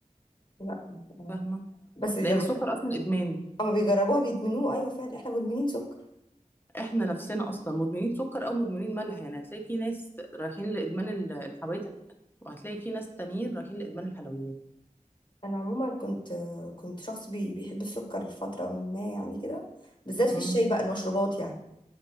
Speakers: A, on the left; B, on the left.
A: لا آه.
B: فاهمه
A: بس لما
B: لان السكر اصلا ادمان
A: لما بيجربوها بيدمنوه ايوه فعلا احنا مدمنين سكر
B: احنا نفسنا اصلا مدمنين سكر او مدمنين ملح يعني هتلاقي في ناس رايحين لادمان ال- الحوادق وهتلاقي في ناس تانيين رايحين لادمان الحلويات
A: انا عموما كنت كنت شخص بي بيحب السكر فتره ما يعني كده بالذات في
B: امم
A: الشاي بقى المشروبات يعني